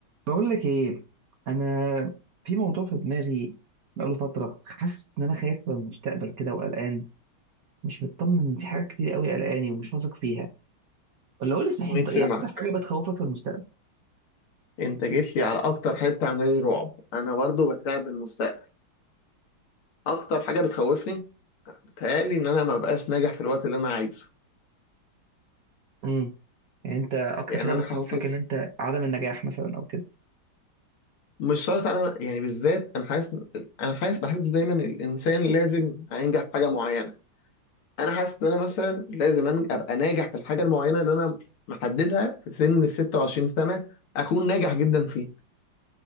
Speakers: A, on the right (about 60°); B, on the left (about 85°).
A: بقول لك ايه انا في موضوع في دماغي بقاله فتره حاسس ان انا خايف من المستقبل كده وقلقان مش مطمن في حاجات كتير قوي قلقاني ومش واثق فيها ولا قول لي صحيح
B: مين
A: انت
B: سمعك
A: ايه اكتر حاجه بتخوفك في المستقبل
B: انت جيت لي على اكتر حته عامله لي رعب انا برضه بتعب من المستقبل اكتر حاجه بتخوفني بتهيألي ان انا ما ببقاش ناجح في الوقت اللي انا عايزه
A: امم يعني انت اكتر
B: يعني
A: حاجه
B: انا
A: بتخوفك
B: حاسس
A: ان انت عدم النجاح مثلا او كده
B: مش شرط انا يعني بالذات انا حاسس انا حاسس بحس دايما الانسان لازم هينجح في حاجه معينه انا حاسس ان انا مثلا لازم أن- ابقى ناجح في الحاجه المعينه اللي انا محددها في سن ال 26 سنه اكون ناجح جدا فيه